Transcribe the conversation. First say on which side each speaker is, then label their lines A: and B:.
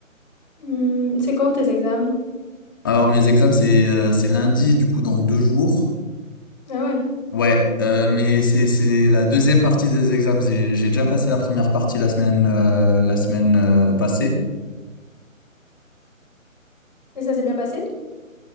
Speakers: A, on the left; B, on the left.
A: Hmm, c'est quand tes examens?
B: Alors mes examens c'est euh, c'est lundi du coup dans deux jours.
A: Ah ouais.
B: Ouais, euh, mais c'est c'est la deuxième partie des examens. J'ai j'ai déjà passé la première partie la semaine euh, la semaine euh, passée.
A: Et ça s'est bien passé?